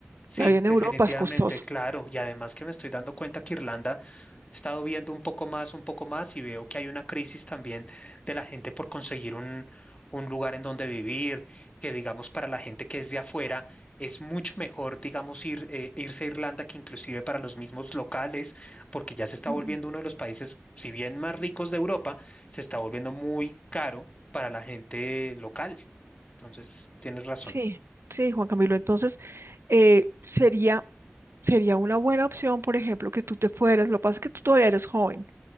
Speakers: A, on the left; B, on the right.
A: Sí,
B: la vida en
A: definitivamente,
B: Europa es costosa.
A: claro. Y además que me estoy dando cuenta que Irlanda He estado viendo un poco más, un poco más y veo que hay una crisis también de la gente por conseguir un, un lugar en donde vivir, que digamos para la gente que es de afuera es mucho mejor, digamos, ir, eh, irse a Irlanda que inclusive para los mismos locales, porque ya se está
B: Mm.
A: volviendo uno de los países, si bien más ricos de Europa, se está volviendo muy caro para la gente local. Entonces, tienes razón.
B: Sí, sí, Juan Camilo. Entonces, eh, sería, sería una buena opción, por ejemplo, que tú te fueras. Lo que pasa es que tú todavía eres joven.